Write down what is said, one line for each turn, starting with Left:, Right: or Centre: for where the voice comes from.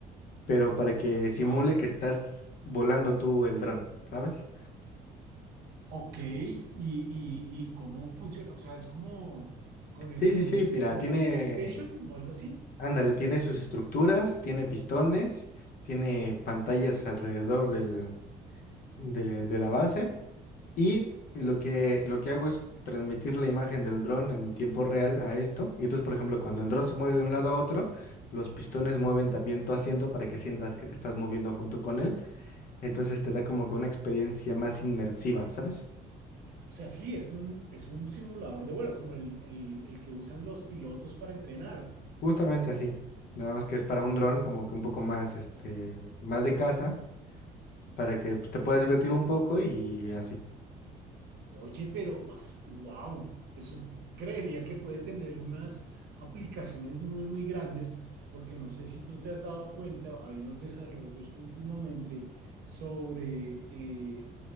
Left: pero para que simule
Right: wow.
Left: que estás volando tú el dron, ¿sabes?
Right: Ok, ¿Y, y, y cómo funciona? O sea, es como con el,
Left: Sí,
Right: como
Left: sí, sí, mira,
Right: con
Left: tiene,
Right: el PlayStation o algo así.
Left: ándale, tiene sus estructuras, tiene pistones, tiene pantallas alrededor del, de de la base. Y lo que, lo que hago es transmitir la imagen del dron en tiempo real a esto. Y entonces, por ejemplo, cuando el dron se mueve de un lado a otro, los pistones mueven también tu asiento para que sientas que te estás moviendo junto con él. Entonces te da como que una experiencia más inmersiva, ¿sabes?
Right: O sea, sí, es un, es un simulador de vuelo, como el, el- el que usan los pilotos para entrenar.
Left: Justamente así. Nada más que es para un dron como que un poco más, este, más de casa, para que pues, te puedas divertir un poco y así.
Right: Oye, pero, wow, eso creería que puede tener unas aplicaciones muy, muy grandes, porque no sé si tú te has dado cuenta, hay unos desarrollos últimamente sobre eh,